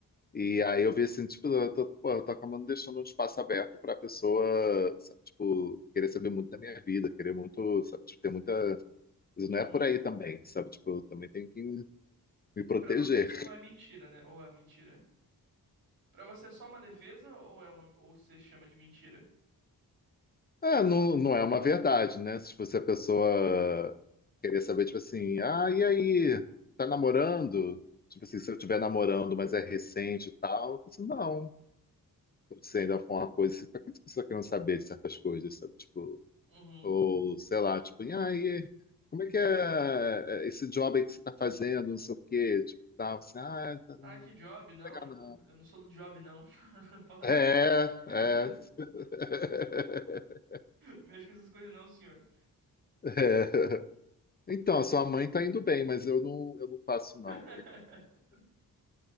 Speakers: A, on the left (about 25°); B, on the right (about 70°).
A: E aí eu vi assim, tipo, eu tô, pô, eu tô acabando deixando um espaço aberto pra pessoa, sabe, tipo, querer saber muito da minha vida, querer muito, sabe, tipo, ter muita. Isso não
B: Uhum.
A: é por aí também, sabe? Tipo, eu também tenho que me
B: E
A: proteger.
B: pra você isso não é mentira, né? Ou é mentira? Pra você é só uma defesa ou é uma ou você chama de mentira?
A: É, não, não é uma verdade, né? Tipo, se a pessoa querer saber, tipo assim, ah, e aí, tá namorando? Tipo assim, se eu estiver namorando, mas é recente e tal, eu falo assim, não. Se ainda for uma coisa, assim, pra que você tá querendo saber de certas coisas, sabe? Tipo.
B: Uhum.
A: Ou, sei lá, tipo, ah, e como é que é é, esse job aí que você tá fazendo, não sei o quê, tipo, tal, assim, ah, é, tá, não
B: Ah, que
A: vou
B: job? Não,
A: pegar
B: eu
A: não.
B: eu não sou do job, não. <laughs> Fala
A: É,
B: assim. <laughs>
A: é. <laughs>
B: Mexe com essas coisas não, senhor.
A: É. Então, a sua mãe tá indo bem, mas eu não, eu não faço, não.
B: <laughs>